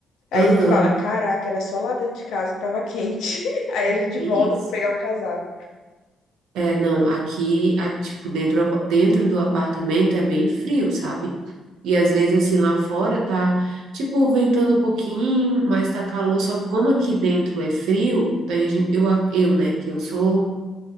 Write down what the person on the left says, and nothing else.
aí
a gente fala, caraca, era só lá dentro de casa que tava quente. <laughs> Aí a
gente
volta
pra pegar um casaco.
Sim.